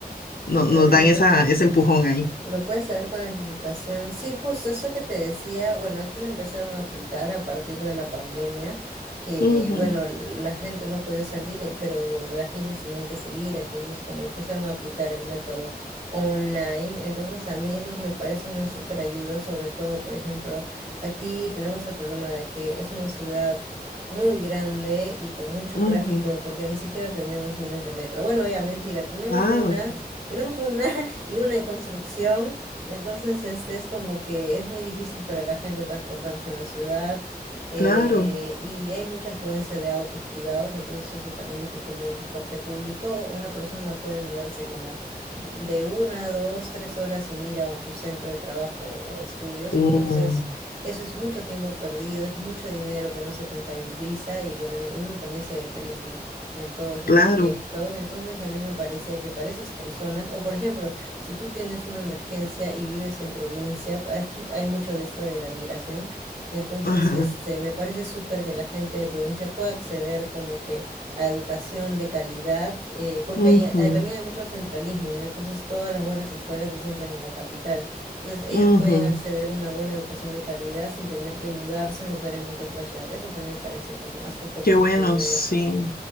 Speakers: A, on the left (about 65°); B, on the right (about 35°).
A: no- nos
B: Ah.
A: dan esa, ese empujón ahí.
B: Lo puedes saber con anticipación. Sí, justo eso que te decía, bueno, aquí lo empezaron a aplicar a partir de la pandemia, que
A: Ujú,
B: bueno, la gente no podía salir, eh, pero las clases tenían que seguir, entonces como empezaron a aplicar el método online, entonces a mí eso me parece una súper ayuda, sobre todo, por ejemplo, aquí tenemos el problema de que es una ciudad muy grande y con mucho
A: ujú.
B: tráfico, porque ni siquiera tenemos líneas de metro. Bueno, ya, mentira, tenemos
A: Ah,
B: una... Tenemos una <laughs> y una en construcción. Entonces, este es como que es muy difícil para la gente transportarse en la ciudad eh,
A: Claro,
B: y hay mucha afluencia de autos privados, entonces eso también dificulta el transporte público. Una persona puede demorarse como de una, dos, tres horas en ir a su centro de trabajo o estudios,
A: oh,
B: entonces eso es mucho tiempo perdido, es mucho dinero que no se contabiliza y bueno, uno también se deprime en todo ese
A: claro,
B: trayecto. Entonces a mí me parecía que para esas personas, o por ejemplo, si tú tienes una emergencia y vives en provincia, aquí hay mucho de esto de la migración, entonces
A: ajá,
B: este, me parece súper que la gente de provincia pueda acceder como que a educación de calidad, eh, porque
A: ujú,
B: ahí, hay- también hay mucho centralismo, ¿no? Entonces todas las buenas escuelas se centran en la capital, entonces ellos
A: ujú.
B: pueden acceder a una buena educación de calidad sin tener que mudarse necesariamente a otra ciudad. Eso también parece como aspecto
A: Qué
B: positivo
A: bueno,
B: de
A: sí,
B: eso.